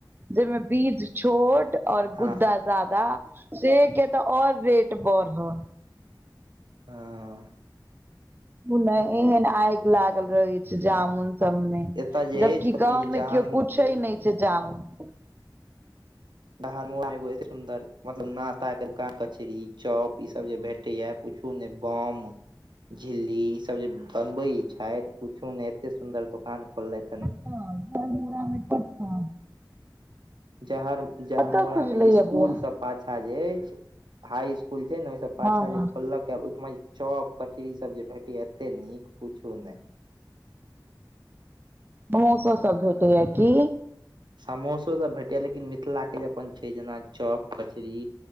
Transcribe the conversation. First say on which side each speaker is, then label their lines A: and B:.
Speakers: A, on the right; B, on the right.
A: जेहिमे बीज छोट और
B: हँ
A: गुद्दा। जादा से केँ तऽ और रेट बड़ ह।
B: <unintelligible>
A: ओ नै एहन आइग लागल रहै छै जामुन सब में
B: एतय जे
A: जब
B: अछि
A: की
B: कथि
A: गाँव
B: कहै छै
A: में
B: जहर
A: केओ पूछै नै छै जामुन।
B: र एो ए सुंन्दर मतलब नताक कचरी चौप ई सब जे भेट तैयाह किछु नै बम झिल्ली ई सब जे बनबै छैथ पूछू नै एते सुन्दर दुकान खोललेथ
A: कऽ तऽ जहरमुरा में कऽ तऽ
B: जहर जहरमोड़ा
A: कतऽ खुजलैया
B: में इसकुल
A: बौआ
B: स पाछाँ जे ऐछ हाई इसकुल छै न ओइ स पाछा
A: हँ हँ
B: जे खोलकै ओ ठामा जे चॉप कचरी ई सब जे भेटैय एते नीक पूछू नै
A: <inaudible> भोसो सब भेटैय की।
B: समोसो सब भेटेय लेकिन मिथिला केँ जे अपन छै जेना चॉप कचरी